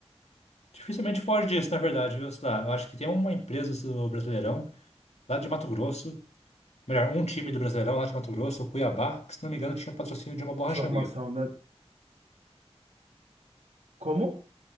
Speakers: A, on the left; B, on the right.
A: dificilmente foge disso, na verdade, viu? Sei lá, eu acho que tem uma empresa do Brasileirão, lá de Mato Grosso, Melhor, um time do Brasileirão lá de Mato Grosso, o Cuiabá, que se não me engano tinha patrocínio de uma borracharia.
B: formação, né? Como?